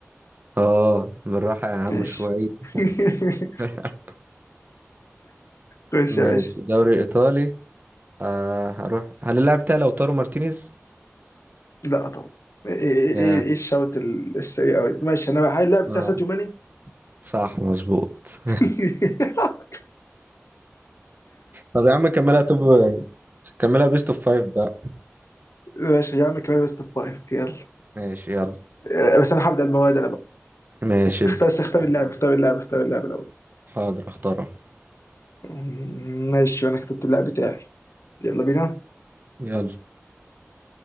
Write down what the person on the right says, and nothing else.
اه بالراحة يا عم
شوية
<laughs>
ماشي
الدوري الإيطالي آه هروح هل اللاعب بتاعي لو طارو مارتينيز؟
ياه
اه
صح مظبوط
طب يا عم كملها طب كملها بيست اوف فايف بقى
ماشي يلا
ماشي
ابدأ
حاضر اختارها
يلا